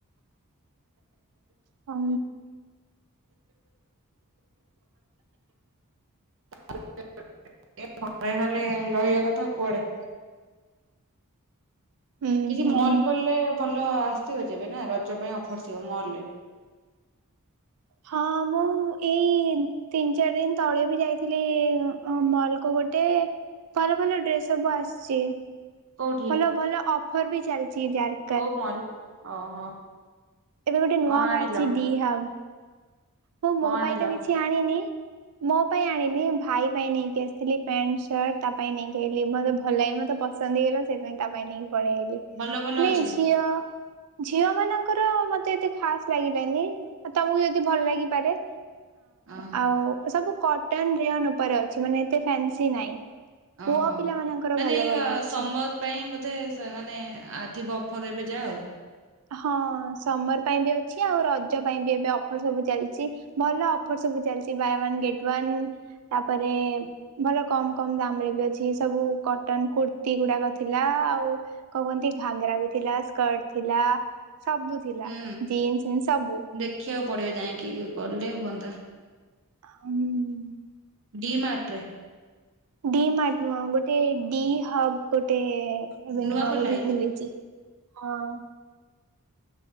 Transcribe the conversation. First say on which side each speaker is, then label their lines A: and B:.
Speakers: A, on the right (about 85°); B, on the right (about 60°).
A: ହଁ।
B: <unintelligible> ଖଳିକରହିବା କଥା ଆଉ କୁଆଡେ
A: ହୁଁ
B: କିଛି
A: ହୁଁ
B: ମଲ ଫଲରେ ଭଲ ଆସିଥିବ ଯେବେ ନା ରଜ ପାଇଁ ଅଫର ଥିବ ମଲ ରେ।
A: ହଁ ମୁଁ ଏଇ ତିନି ଚାରି ଦିନ ତଳେ ବି ଯାଇଥିଲି। ମଲ କୁ ଗୋଟେ ଭଲ ଭଲ ଡ୍ରେସ୍ ସବୁ ଆସିଛି।
B: କୋଉଠି
A: ଭଲ ଭଲ ଅଫର ବି ଚାଲିଛି ଯାହାର
B: କଉ ମଲ ଓହୋ।
A: ଏବେ ଗୋଟେ ନୂଆ
B: କଣ ଆଣିଲ
A: ବାହାରଛି ଡି ହାବ। ମୁଁ ମୋ
B: କଣ ଆଣିଲ?
A: ପାଇଁ ତ କିଛି ଆଣିନି। ମୋ ପାଇଁ ଆଣିନି ଭାଇ ପାଇଁ ନେଇକି ଆସିଥିଲି ପ୍ୟାଣ୍ଟ ସାର୍ଟ ତା ପାଇଁ ନେଇକି ଆଇଲି ମତେ ଭଲ ଲାଗେ ମତେ ପସ ପସନ୍ଦ ହେଇଗଲା ସେଥିପାଇଁ ତା ପାଇଁ ନେଇକି ପଳେଇ ଆଇଲି
B: ଭଲ ଭଲ
A: ମାନେ
B: ଅଛି
A: ଝିଅ ଝିଅ ମାନଙ୍କର ମତେ ଏତେ ଖାସ ଲାଗିଲନି ଆଉ ତମକୁ ଯଦି ଭଲ ଲାଗିପାରେ।
B: ଓହୋ
A: ଆଉ ସବୁ କଟନ ରେଅନ ଉପରେ ଅଛି ମାନେ ଏତେ ଫ୍ୟାନସି ନାଇଁ।
B: ଓହୋ।
A: ପୁଅ ପିଲା ମାନଙ୍କର
B: ମାନେ
A: ଭଲ
B: ଏଇ
A: ଭଲ ଅଛି।
B: ସମର ପାଇଁ ବୋଧେ ସେମାନେ ଥିବ ଅଫର ଏବେ ଯା ଆ
A: ହଁ ସମର ପାଇଁ ବି ଅଛି ଆଉ ରଜ ପାଇଁ ବି ଏବେ ଅଫର ସବୁ ଚାଲିଛି। ଭଲ ଅପର ସବୁ ଚାଲିଛି ବାଇ ଅନ ଗେଟ ଅନ ତାପରେ ଭଲ କମ କମ ଦାମ ରେ ବି ଅଛି ସବୁ କଟନ କୁର୍ତି ଗୁଡାକ ଥିଲା ଆଉ କଣ କୁହନ୍ତି ଘାଗରା ବି ଥିଲା ସ୍କର୍ଟ ଥିଲା ସବୁ ଥିଲା
B: ହୁଁ
A: ଜିନ୍ସ ଫିନ୍ସ ସବୁ।
B: ଦେଖିବାକୁ ପଡିବ ଯାଇକି ଗଲେ ହୁଅନ୍ତା।
A: ହମ୍।
B: ଡି ମାଟରେ।
A: ଡି ମାଟ ନୁହଁ ଗୋଟେ ଡି ହବ ଗୋଟେ ଏବେ
B: ନୂଆ
A: ନୂଆଁ
B: ଖୋଲା
A: ବୋଲି
B: ହେଇଛି
A: ଖୋଲିଚି। ହଁ।